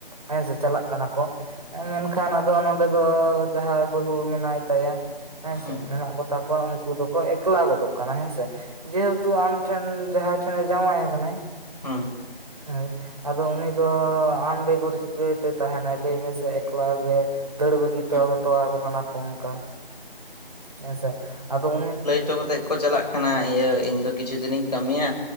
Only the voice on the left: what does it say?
ᱦᱩᱸ ᱦᱩᱸ
ᱦᱩᱸ ᱦᱩᱸ᱾
ᱦᱩᱸ ᱦᱩᱸ
ᱪᱚ ᱠᱟᱛᱮᱜ ᱠᱚ ᱪᱟᱞᱟᱜ ᱠᱟᱱᱟ ᱤᱭᱟᱹ ᱤᱧ ᱫᱚ ᱠᱤᱪᱷᱩ ᱫᱤᱱᱤᱧ ᱠᱟᱹᱢᱤᱭᱟ,